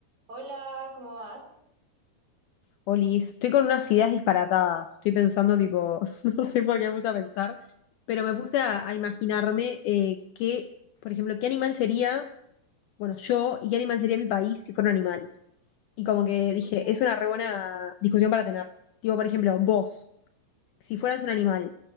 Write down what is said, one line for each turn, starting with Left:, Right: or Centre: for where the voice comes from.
Right: Hola, ¿cómo vas?
Left: Olis, estoy con unas ideas disparatadas. Estoy pensando, tipo, <laughs> no sé por qué me puse a pensar, pero me puse a,
Right: <laughs>
Left: a imaginarme eh, qué, por ejemplo, qué animal sería, bueno, yo y qué animal sería mi país si fuera un animal. Y como que dije,
Right: Ok.
Left: es una re buena discusión para tener. Tipo, por ejemplo, vos, si fueras un animal,